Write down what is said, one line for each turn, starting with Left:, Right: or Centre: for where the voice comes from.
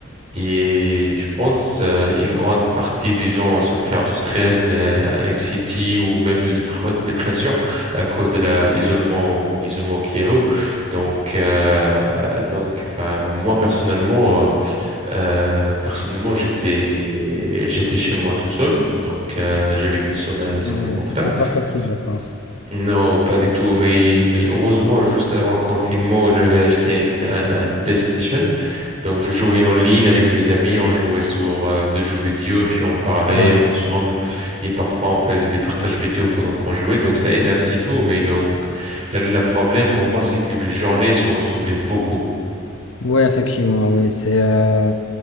Right: Et je pense euh, une grande partie des gens ont souffert de stress, d'anxiété ou même de dépre- dépression à cause de l'isolement isolement qu'il y a eu. Donc, euh, donc enfin, moi personnellement, euh, euh, personnellement j'étais j'étais chez moi tout seul. Donc euh, j'habitais seul à cette
Left: ouais,
Right: époque-là.
Left: c'était pas facile, je pense.
Right: Non, pas du tout. Mais, mais heureusement, juste avant le confinement, j'avais acheté une- un, un PlayStation. Donc, je jouais en ligne avec mes amis. On jouait sur euh, des jeux vidéo et puis on parlait
Left: Ouais,
Right: ensemble. Et parfois, on faisait des partages vidéo pendant qu'on jouait. Donc, ça aide un petit peu. Mais donc, la- le problème pour moi, c'est que les journées se ressemblaient beaucoup.
Left: ouais, effectivement, oui, c'est euh,